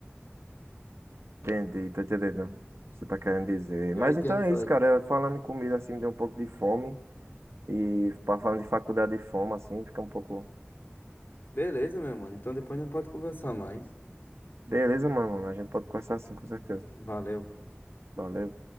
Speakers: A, on the right (about 75°); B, on the left (about 55°).
A: Entendi, tô entendendo o que você tá querendo dizer.
B: E
A: Mas
B: aí tem
A: então
B: açaí.
A: é isso, cara. Falando em comida assim, me deu um pouco de fome. E pa- falando de faculdade e fome, assim, fica um pouco.
B: Beleza, meu mano. Então depois a gente pode conversar mais.
A: Beleza, mano. A gente pode conversar assim, com certeza.
B: Valeu.
A: Valeu.